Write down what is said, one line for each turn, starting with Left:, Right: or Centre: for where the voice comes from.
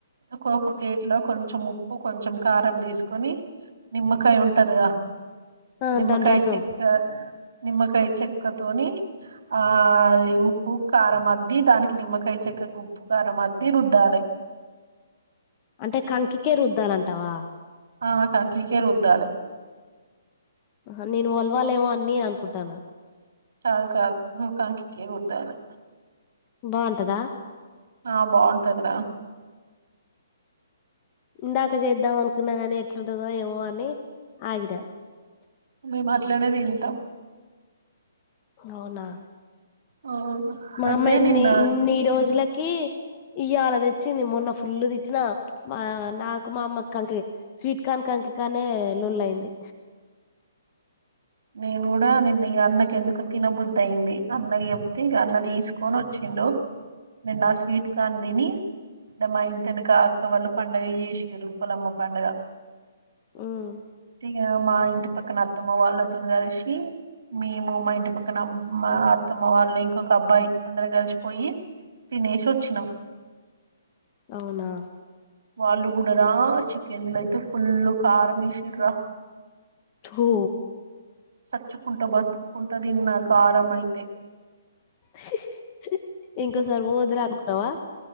Right: ఒక ఒక ప్లేట్లో కొంచం ఉప్పు కొంచం కారం తీసుకొని నిమ్మకాయ ఉంటదిగా
Left: ఆ
Right: నిమ్మకాయ్
Left: దాని రసం
Right: చెక్కర్ నిమ్మకాయ చెక్కతోని ఆ ఆది ఉప్పు కారం అద్ది దానికి నిమ్మకై చెక్కకు ఉప్పు కారం అద్ది రుందాలే
Left: అంటే కంకిికే రుంద్దలంటావా
Right: ఆ కాంకికే రుద్దలి
Left: హా నేన్ వల్ వాలేమో అని అనుకుంటానా
Right: కాదు కాదు హు కంకి రుద్దలి
Left: బాఉంటదా
Right: ఆ బాఉంటది రా
Left: ఇందాక చెందామన్ కున గాని ఎట్లుంటందో ఏమో అని ఆగిన
Right: మేమ్ అట్లనే తింటాం
Left: అవునా
Right: ఆ
Left: మా
Right: అయితే
Left: అమ్మ ఎన్ని
Right: నిన్న
Left: ఇన్ని రోజులక్ కీర్ ఇయ్యాల తెచ్చింది మొన్న ఫుల్లు తిట్టిన మా నాకు మా అమ్మకు కంకు స్వీట్ కాన్ కంకి కానే లోల్ అయింది
Right: నేను కూడా నిన్న ఈ అన్నకి ఎందుకో తినబుద్ది అయింది అన్నయో తే ఇగ అన్న దిసుకొని వచ్చిండు నేను నా స్వీట్ కాన్ తిని మా ఇంటెనక అక్క వాళ్ళు పండగ చేసిరు ఉప్పలమ్మ పండుగ
Left: ఉమ్
Right: గ మా ఇంట్ పక్కన అత్తమ్మ వాళ్ళతో కలిసి మేము మా ఇంటి పక్కన అమ్మా అత్తమ్మ వాళ్ళు ఇంకొక అబ్బాయి అందరం కలిసిపోయి తినేసి వచ్చినాం
Left: అవునా
Right: వాళ్ళు కూడాడరా చికెన్ లయితే ఫుల్ కారం యేసిర్ రా
Left: తో
Right: సచ్చుకుంటా బతుకుంటా దీన్న కారమ్ అయితే
Left: హి హీ ఇంకోొసారి పోవద్దు ర అనుకున్నాావా